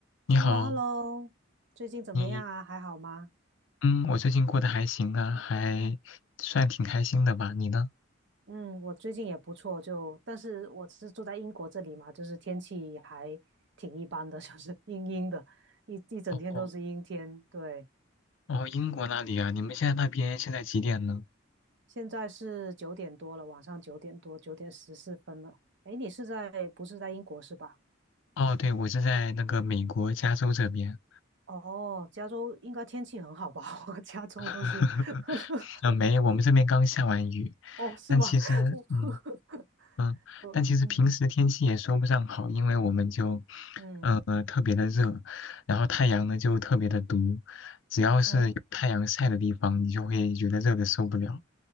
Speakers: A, on the left; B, on the right.
A: 你好，
B: h e l l o h e l l o 最近怎么样啊？
A: 你
B: 还好吗？
A: 嗯，我最近过得还行啊，还算挺开心的吧？你呢？
B: 嗯，我最近也不错，就但是我是住在英国这里嘛，就是天气还挺一般的，<laughs> 就是阴阴的，一一整天都是阴天。
A: 哦
B: 对，
A: 哦，英国那里啊，你们现在那边现在几点呢？
B: 现在是九点多了，晚上九点多，九点十四分了。哎，你是在不是在英国是吧？
A: 哦，对，我是在那个美国加州这边。
B: 哦，加州应该天气很好吧？<laughs> 我加州都是，
A: <laughs>
B: <laughs>
A: 呃，没，我们这边刚下完雨，
B: 哦，是吧？
A: 但其实嗯
B: <laughs>
A: 嗯，
B: 我
A: 但其实平时天气也说不上好，
B: <laughs> 我嗯
A: 因为我们就
B: 嗯。
A: 呃特别的热，然后太阳呢就特别的毒，只要是有太阳晒的地方，
B: 哦
A: 你就会觉得热的受不了。